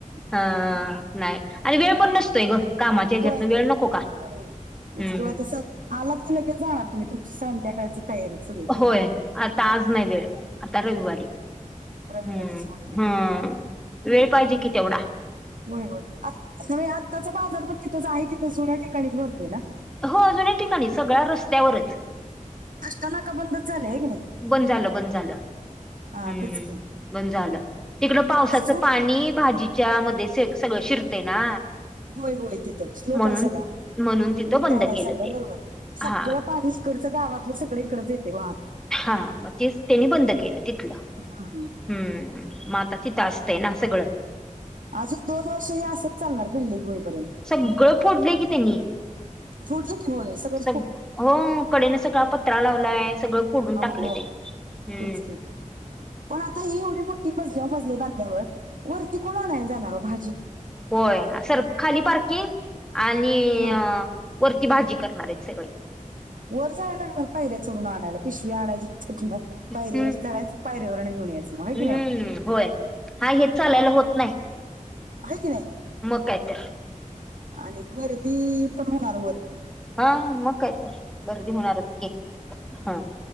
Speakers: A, in the centre; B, on the right.
A: हा नाही आणि वेळ पण नसतोय ग कामाच्या ह्याच्यातन
B: होय होय
A: वेळ नको का
B: होय होय तेच
A: हम्म
B: की कसं आलात की लगेच जाणार तुम्ही तुमच संध्याकाळच तयारी सगळी
A: होय आता आज नाही
B: हा, हा.
A: वेळ आता रविवारी
B: रविवारीच
A: हम्म
B: होय होय
A: हम्म वेळ पाहिजे कि तेवढा
B: होय होय आ न्हवे आत्ताचा बाजार पण तिथंच आहे तिथं जुन्या ठिकाणीच भरतोय ना
A: हो जुनी ठिकाणीच सगळा रस्त्यावरच
B: आष्टा नाका बंदच झालय होय की नाही
A: बंद झालं बंद झालं
B: हा
A: हम्म
B: तेच की
A: बंद झालं. तिकडं पावसाचं
B: अजून
A: पाणी भाजीच्या मध्ये सगळं शिरतय ना
B: होय होय तिथं स्लोप
A: म्हणून
B: आहे सगळा
A: म्हणून तिथं
B: उतार
A: बंद
B: आहे
A: केलं
B: सगळा
A: ते
B: बरोबर सगळं
A: हा
B: पाणी इकडचं गावातलं सगळी इकडच येते वहात
A: हा मग तेच त्यांनी बंद केलं तिथलं
B: हा
A: हम्म म आता तिथं असतंय ना सगळं
B: अजून दोन वर्ष हे असेच चालणार बिल्डिंग होईपर्यंत
A: सगळं फोडलं की त्यांनी
B: फोडलय की होय सगळं
A: सग हो कडेन सगळा पत्रा लावलाय सगळं फोडून टाकलं
B: हो हो
A: त्यांनी हम्म
B: तेच की पण आता हे एवढी मोठी मजल्यावर मजले बांधल्यावर वरती कोण आणायला जाणार हो भाजी
A: होय सर खाली पार्किंग आणि
B: हा
A: अ वरती भाजी करणार आहेत सगळे
B: वर जायला लागणार पायऱ्या चढून आणायला पिशव्या आणायच्या तिथंन
A: हम्म
B: पायरीवर चढायचं पायरीवरून घेऊन यायचं मग होय
A: हम्म
B: की नाही ओ
A: होय हा हेच चालायला होत नाही
B: आहे की नाही
A: मग काय तर
B: आणि गर्दी पण होणार वर
A: हा मग काय तर गर्दी होणारच की हा